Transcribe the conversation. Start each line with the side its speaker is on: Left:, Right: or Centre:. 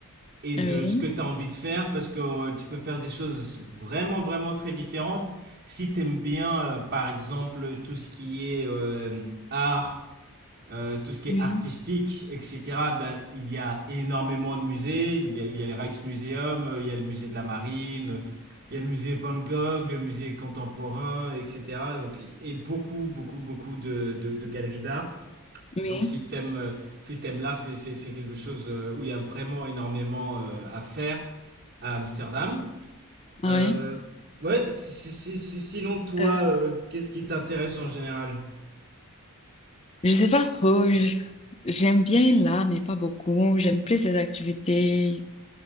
Right: et de
Left: Oui,
Right: ce que tu as envie de faire, parce que euh, tu peux faire des choses vraiment, vraiment très différentes. Si tu aimes bien, euh, par exemple, tout ce qui est euh, art, euh, tout ce qui
Left: Oui.
Right: est artistique, etc. Ben, il y a énormément de musées. Il y a, il y a le Rijksmuseum, euh, il y a le musée de la Marine, il y a le musée Van Gogh, le musée contemporain, etc. Donc, et beaucoup, beaucoup, beaucoup de, de, de galeries d'art.
Left: oui,
Right: Donc, si t'aimes, euh, si t'aimes l'art, c'est, c'est, c'est quelque chose euh, où il y a vraiment énormément euh, à faire à Amsterdam.
Left: ah
Right: Euh, ouais, si- si- si- si- sinon, toi,
Left: oui.
Right: euh, qu'est-ce qui t'intéresse en général?
Left: Je sais pas trop, je- j'aime bien l'art, mais pas beaucoup. J'aime plus les activités,